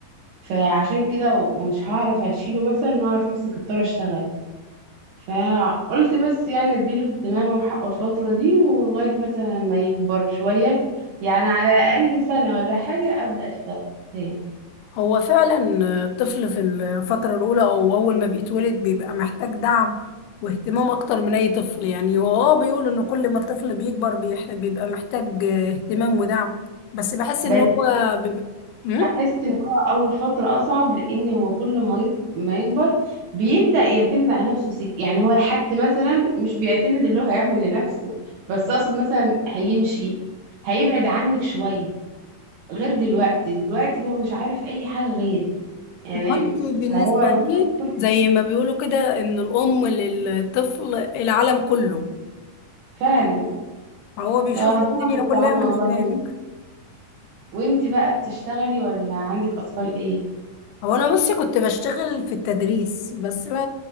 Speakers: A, on the right (about 70°); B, on the left (about 85°).
A: فعشان كده و- ومش هعرف أشيله مثلا وأعرف أمسك الطارة أشتغل فقلت بس يعني اديله اهتمام وحقه الفترة دي ولغاية مثلا ما يكبر شوية يعني على الأقل سنة ولا حاجة أبدأ أشتغل تاني
B: هو فعلا الطفل في الفترة الأولى أو أول ما بيتولد بيبقى محتاج دعم واهتمام أكتر من أي طفل يعني هو اه بيقول إن كل ما الطفل بيكبر بيح- بيبقى محتاج اهتمام ودعم بس بحس إن
A: بس
B: هو بيبقى مم؟
A: أحس إن هو أول فترة أصعب لأن هو كل ما يط- ما يكبر بيبدأ يعتمد على نفسه سك... يعني هو الحد مثلا مش بيعتمد اللي هو هيعمل لنفسه بس أقصد مثلا هيمشي هيبعد عنك شوية غير دلوقتي دلوقتي هو مش عارف أي حاجة غيرك يعني
B: ما انت بالنسبة
A: فهو محتاج
B: لي
A: كل
B: زي ما بيقولوا كده إن الأم للطفل العالم كله
A: فعلا
B: هو بيشوف
A: فربنا
B: الدنيا
A: المستعان
B: كلها من
A: والله
B: خلالك
A: وانتي بقى بتشتغلي ولا عندك اطفال ايه
B: هو انا بصي كنت بشتغل في التدريس بس ما